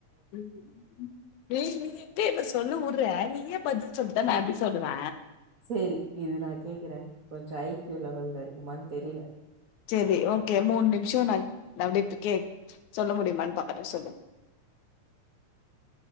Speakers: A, on the left (about 80°); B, on the right (about 75°).
A: ம் ஏ நீ எங்க என்ன சொல்ல உட்ற நீ ஏ பதில் சொல்ட்ட நா எப்டி சொல்லுவ
B: சேரி இது நா கேக்குற கொஞ்சோ ஐ கியூ லெவல்ல இருக்குமான் தெரில
A: சேரி ஓகே மூண் நிம்ஷொ நா அப்டெ கே சொல்ல முடியுமான் பாக்குற சொல்லு